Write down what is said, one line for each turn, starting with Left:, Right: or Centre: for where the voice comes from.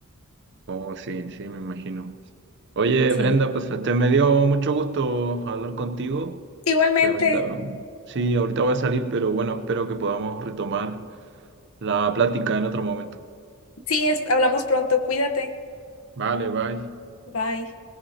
Right: Oh, sí, sí, me imagino. Oye,
Left: Sí.
Right: Brenda, pues te me dio mucho gusto hablar contigo.
Left: Igualmente.
Right: Este, ahorita, sí, ahorita voy a salir, pero bueno, espero que podamos retomar la plática en otro momento.
Left: Sí, es- hablamos pronto. Cuídate.
Right: Vale, bye.
Left: Bye.